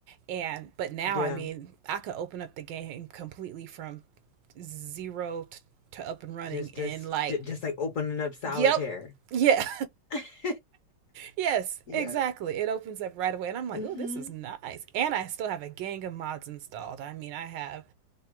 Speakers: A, on the right; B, on the left.
A: And but now,
B: Yeah.
A: I mean, I could open up the game completely from zero t- to up and running
B: Just
A: in
B: just
A: like,
B: ju- just like opening up solitaire.
A: yep, yeah.
B: <laughs>
A: Yes,
B: Yeah.
A: exactly. It opens up right away, and I'm like,
B: hmm
A: oh, this is nice. And I still have a gang of mods installed. I mean, I have